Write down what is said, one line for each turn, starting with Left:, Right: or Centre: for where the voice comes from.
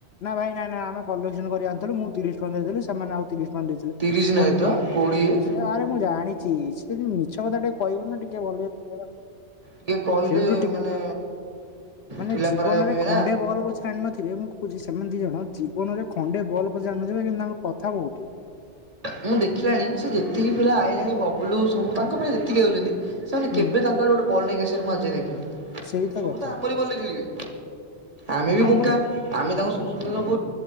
Left: ନାଁ ଭାଇ ନାଁ ନାଁ ଆମେ କଲେକ୍ସନ କରି ଆଣିଥିଲୁ ମୁଁ ତିରିଶ ଟଙ୍କା ଦେଇଥିଲି ସେମାନେ ଆଉ ତିରିଶ ତାଙ୍କ ଦେଇଥିଲେ
Right: ତିରିଶ ନୁହେଁ
Left: କଣ
Right: ତ
Left: ତୁ?
Right: କୋଡିଏ।
Left: ସେ ଆରେ ମୁଁ ଜାଣିଛି ସେ ବି ମିଛ କଥା ଟେ କହିବୁ ନା ଟିକେ ଭଲେ ହବାକୁ।
Right: ଟିକେ କହିଲେ
Left: ସେଠୁ ଟିକ
Right: ମାନେ
Left: ମାନେ
Right: ପିଲା
Left: ଜୀବନରେ
Right: ଖରାପ ଭାବିବେ
Left: ଖଣ୍ଡେ
Right: ନା।
Left: ବଲ ପଛେ ଆଣି ନଥିବେ ମୁଁ କଉଚି ସେମାନେ ଦି ଜଣ ଜୀବନରେ ଖଣ୍ଡେ ଭଲ ପଛେ଼ ଆଣି ନଥିବେ କିନ୍ତୁ ତାଙ୍କ କଥା ବହୁତ।
Right: ମୁଁ ଦେଖିଲାଣି ସେ ଯେତିକି ପିଲା ଆଇଲେଣି ବବୁଲୁ ସବୁ ତାଙ୍କ ପୁରା ଲେଖିକି ଦ। ସେମାନେ
Left: ହୁଁ
Right: କେବେ ତାଙ୍କ ଆଡେ ଗୋଟେ ବଲ୍ ନେଇ ଆସିବାରେ ମୁଁ ଆଜି ଦେଖିନି
Left: ସେଇ
Right: ସବୁ
Left: କଥା
Right: ତ ଆମରି ବଲ ରେ ଖେଳିବେ ଆମେ ବି
Left: ଆମରି
Right: ବୋକା ଆମେ ତାଙ୍କୁ ସୁ ସୁଧଉଛେ <unintelligible>